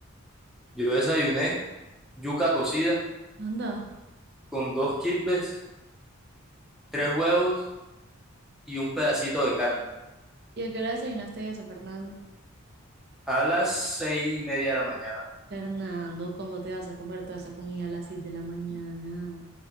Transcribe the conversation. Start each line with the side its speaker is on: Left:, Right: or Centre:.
Centre: Yo desayuné yuca cocida
Right: anda.
Centre: con dos kibbes tres huevos y un pedacito de carne
Right: ¿Y a qué hora desayunaste eso, Fernando?
Centre: a las seis y media de la mañana.
Right: Fernando, ¿cómo te vas a comer toda esa comida a las 6 de la mañana?